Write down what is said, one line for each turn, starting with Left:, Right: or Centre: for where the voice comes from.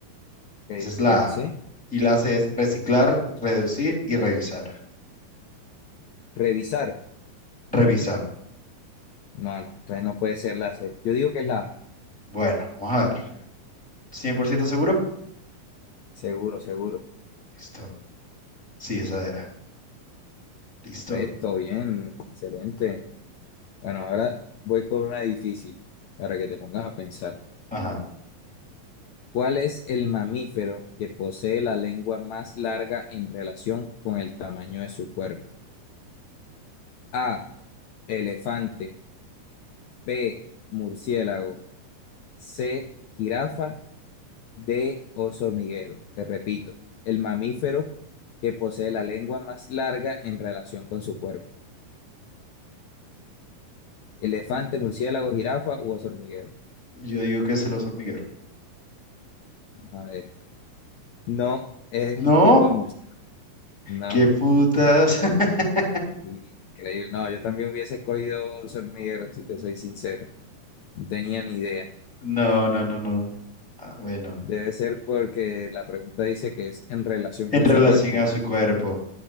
Left: Ok,
Centre: Esa es la
Left: ¿Y la
Centre: A.
Left: C?
Centre: Y la C es reciclar, reducir y revisar.
Left: Revisar.
Centre: Revisar.
Left: No, no, entonces no puede ser la C. Yo digo que es la A.
Centre: Bueno, vamos a ver. cien por ciento seguro?
Left: Seguro, seguro.
Centre: Listo. Sí, esa era. Listo.
Left: Correcto, bien, excelente. Bueno, ahora voy con una difícil para que te pongas a pensar.
Centre: Ajá.
Left: ¿Cuál es el mamífero que posee la lengua más larga en relación con el tamaño de su cuerpo? A, elefante, B, murciélago, C, jirafa, D, oso hormiguero. Te repito, el mamífero que posee la lengua más larga en relación con su cuerpo. Elefante,
Centre: Mm,
Left: murciélago, jirafa u oso hormiguero.
Centre: Yo digo que es el oso hormiguero.
Left: A ver, no, es
Centre: No,
Left: un tipo de murciélago. No,
Centre: qué putas. <laughs>
Left: increíble. No, yo también hubiese escogido oso hormiguero, si te soy sincero. No tenía ni idea.
Centre: No, no, no, no. Ah, bueno,
Left: Debe ser porque la pregunta dice que es en relación
Centre: en
Left: con
Centre: relación
Left: su cuerpo.
Centre: a
Left: Bueno,
Centre: su cuerpo.